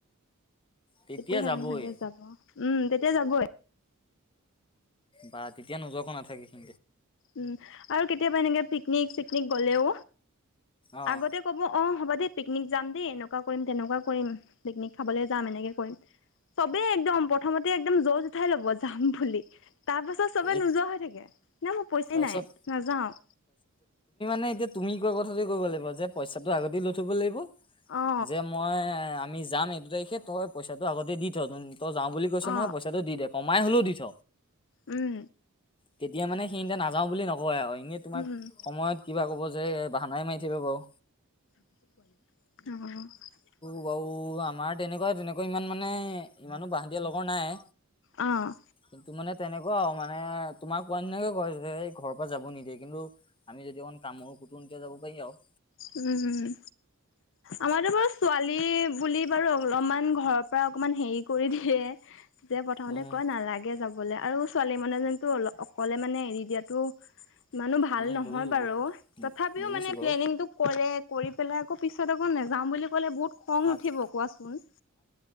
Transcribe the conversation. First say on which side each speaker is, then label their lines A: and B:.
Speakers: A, on the left (about 25°); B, on the left (about 60°).
A: তেতিয়া
B: তেতিয়াহে
A: যাবই।
B: মানে সহতে যাব উম তেতিয়া যাবই
A: বা তেতিয়া নোযোৱাকে নাথাকে সে
B: উম আৰু কেতিয়াবা এনেকে পিকনিক চিকনিক গ'লেও
A: অ',
B: আগতে কব অ হ'ব দে পিকনিক যাম দেই এনেকুৱা কৰিম তেনেকুৱা কৰিম পিকনিক খাবলৈ যাম এনেকে কৰিম চবেই একদম প্ৰথমতে একদম জজ উঠাই লব যাম বুলি তাৰ পাছত চবে
A: এই
B: নোযোৱা হৈ থাকে না মোৰ পইচা
A: তাৰপিছত
B: নাই নাযাও।
A: নে এতিয়া তুমি কোৱা কথাতে কব লাগিব যে পইচাটো আগতে লৈ থ'ব লাগিব।
B: অ
A: যে মই আমি যাম এইটো তাৰিখে তই পইচাটো আগতে দি থত তই যাও বুলি কৈছ
B: অ
A: নহয় পইচাটো দি দে কমাই হলেও দি থ।
B: উম
A: তেতিয়া মানে সেইতে নাযাও বুলি নকয় আৰু এনেই তোমাক
B: উম
A: সময়ত কিবা ক'ব যে বাহানাই মাৰি থাকিব বাৰু।
B: অ',
A: <unintelligible> আমাৰ তেনেকুৱাই -তেনেক আকৌ ইমান মানে ইমানো বাহ দিয়া লগৰ নাই
B: অ',
A: কিন্তু মানে তেনেকুৱাও মানে তোমাক কোৱা নিনাকে কয় যে এই ঘৰৰ পৰা যাব নিদিয়ে কিন্তু আমি যদি অকন কামুৰ পুতুংকে যাব পাৰি আৰু।
B: উম, হম। আমাৰতো বাৰু ছোৱালী বুলি বাৰু অলপমান ঘৰৰ পৰা অকমান হেৰি কৰি দিয়ে যে প্ৰথমতে
A: উম।
B: কয় নালাগে যাবলে আৰু ছোৱালী মানুহএজন টো অল অকলে মানে এৰি দিয়াটো ইমানু ভাল
A: উম
B: নহয়
A: বুজিছো
B: বাৰু
A: বুজি
B: তথাপিও
A: বুজিছো
B: মানে
A: বাৰু
B: প্লেনিং টো কৰে কৰি পেলাই আকৌ পিছত আকৌ নেযাওঁ বুলি ক'লে বহুত খং নুঠিব
A: আজি
B: কোৱাচোন?